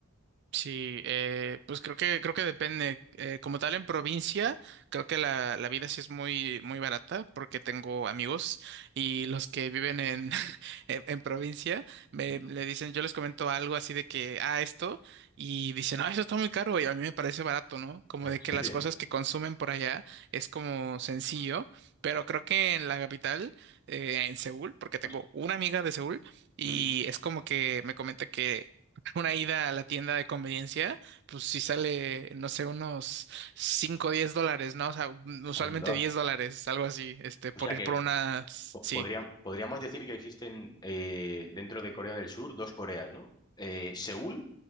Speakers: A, on the right (about 50°); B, on the left (about 20°).
A: Sí, eh, pues creo que creo que depende. Eh, como tal en provincia, creo que la, la vida sí es muy muy barata porque tengo amigos y los que viven en <laughs> en, en provincia me
B: ¿Mm?
A: le dicen, yo les comento algo así de que ah esto y dicen, ah, eso está muy caro y a mí me parece barato, ¿no? Como
B: ¿En
A: de que
B: serio?
A: las cosas que consumen por allá es como sencillo, pero creo que en la capital, eh, en Seúl, porque tengo
B: Hos-
A: una amiga de Seúl y
B: ¿Mm?
A: es como que me comenta que una ida a la tienda de conveniencia, pues si sale, no sé, unos cinco o 10 dólares, ¿no? O sea, mm, usualmente
B: Onda.
A: 10 dólares, algo así, este,
B: O
A: por
B: sea
A: ir
B: que
A: por unas,
B: Po-
A: sí,
B: podría- podríamos decir que existen eh, dentro de Corea del Sur dos Coreas, ¿no? Eh, Seúl